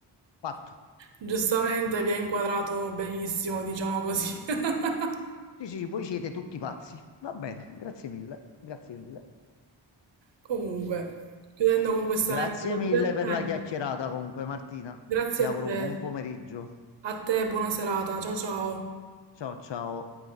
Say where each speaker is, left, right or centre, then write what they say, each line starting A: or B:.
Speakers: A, on the left; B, on the right.
A: Fatto.
B: Giustamente vi ha inquadrato benissimo, diciamo così. <laughs>
A: Sì, sì, sì, voi siete tutti pazzi. Va bene, grazie mille, grazie mille.
B: Comunque, chiudendo con questo
A: Grazie
B: aneddoto
A: mille
B: divertente,
A: per la chiacchierata comunque, Martina.
B: grazie
A: Ti auguro
B: a te.
A: buon pomeriggio.
B: A te, buona serata. Ciao ciao.
A: Ciao, ciao.